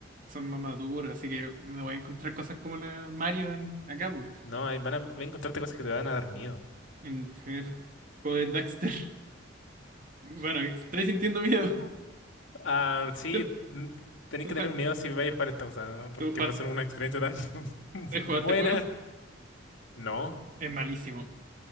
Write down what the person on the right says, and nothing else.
son más maduros, así que me voy a encontrar cosas como la Mario en Akabu.
En el primer juego de Daxter. Bueno, estoy sintiendo miedo.
¿Tú,
tú
jue-
tú jue-
has jugado
este juego?
Es malísimo.